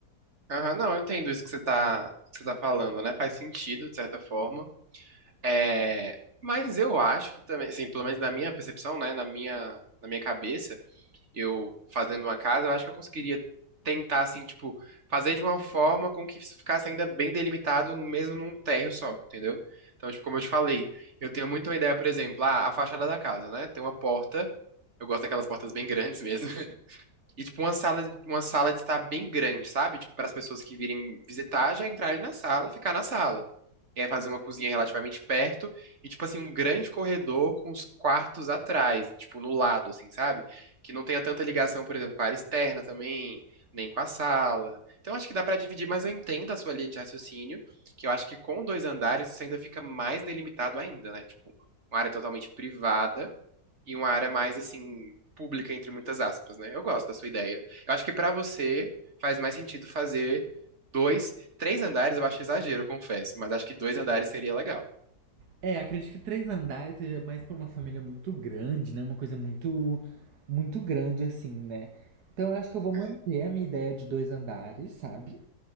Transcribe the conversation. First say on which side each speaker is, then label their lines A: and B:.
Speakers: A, on the right; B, on the right.
A: Aham, não, eu entendo isso que você tá, que você tá falando, né? Faz sentido, de certa forma. É, mas eu acho que também, assim, pelo menos na minha percepção, né? Na minha, na minha cabeça, eu fazendo uma casa, eu acho que eu conseguiria tentar, assim, tipo, fazer de uma forma com que isso ficasse ainda bem delimitado, mesmo num térreo só, entendeu? Então, tipo, como eu te falei, eu tenho muito uma ideia, por exemplo, ah, a fachada da casa, né? Tem uma porta, eu gosto daquelas portas bem grandes <laughs> mesmo. E, tipo, uma sala, uma sala de estar bem grande, sabe? Tipo, para as pessoas que virem visitar, já entrar ali na sala, ficar na sala. E aí fazer uma cozinha relativamente perto e, tipo assim, um grande corredor com os quartos atrás, tipo, no lado, assim, sabe? Que não tenha tanta ligação, por exemplo, com a área externa também, nem com a sala. Então, acho que dá para dividir, mas eu entendo a sua linha de raciocínio, que eu acho que com dois andares isso ainda fica mais delimitado ainda, né? Tipo, uma área totalmente privada e uma área mais assim pública entre muitas aspas, né? Eu gosto da sua ideia. Eu acho que pra você faz mais sentido fazer dois, três andares, eu acho exagero, eu confesso, mas acho que dois andares seria legal.
B: É, acredito que três andares seja mais pra uma família muito grande, né? Uma coisa muito, muito grande assim, né? Então eu acho que eu vou manter
A: É.
B: a minha ideia de dois andares, sabe?